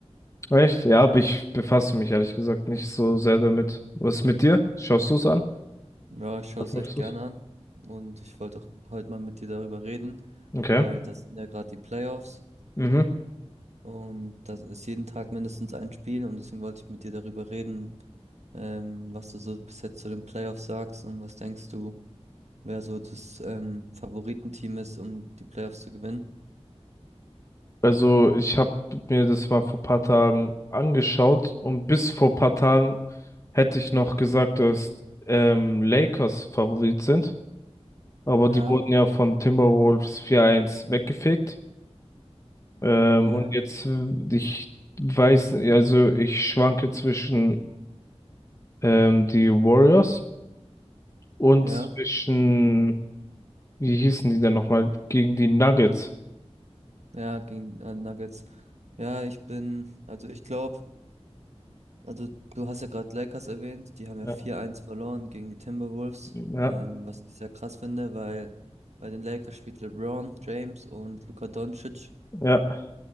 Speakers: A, on the left (about 25°); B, on the right (about 80°).
A: Echt? Ja, aber ich befasse mich ehrlich gesagt nicht so sehr damit. Was ist mit dir? Schaust du es an?
B: Ja, ich schaue
A: Verfolgst
B: es echt
A: du
B: gerne
A: es?
B: an und ich wollte auch heute mal mit dir darüber reden,
A: Okay.
B: weil das sind ja gerade die Playoffs
A: Mhm.
B: und das ist jeden Tag mindestens ein Spiel und deswegen wollte ich mit dir darüber reden, ähm, was du so bis jetzt zu den Playoffs sagst und was denkst du, wer so das ähm, Favoritenteam ist, um die Playoffs zu gewinnen.
A: Also ich habe mir das mal vor paar Tagen angeschaut und bis vor paar Tagen hätte ich noch gesagt, dass ähm, Lakers Favorit sind, aber
B: Ja,
A: die wurden ja von Timberwolves 4-1 weggefegt. Ähm,
B: ja,
A: und jetzt, äh, ich weiß, also ich schwanke zwischen ähm, die Warriors und
B: ja,
A: zwischen, wie hießen die denn nochmal, gegen die Nuggets.
B: ja, gegen äh, Nuggets. Ja, ich bin, also ich glaube, also du hast ja gerade Lakers erwähnt, die haben ja
A: Ja,
B: 4-1 verloren gegen die Timberwolves,
A: ja,
B: ähm, was ich sehr krass finde, weil bei den Lakers spielt LeBron James und Luka Doncic
A: ja.